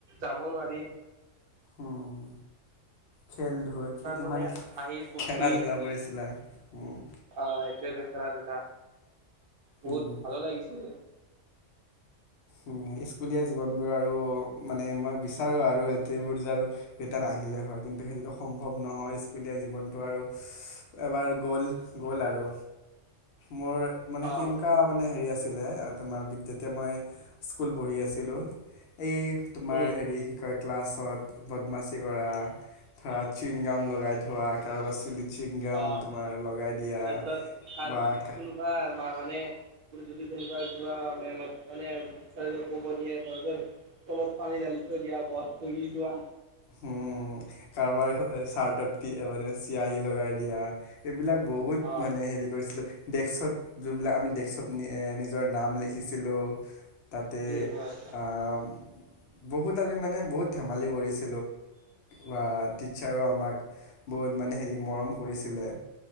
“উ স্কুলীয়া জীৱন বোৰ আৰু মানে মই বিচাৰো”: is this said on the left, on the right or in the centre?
Left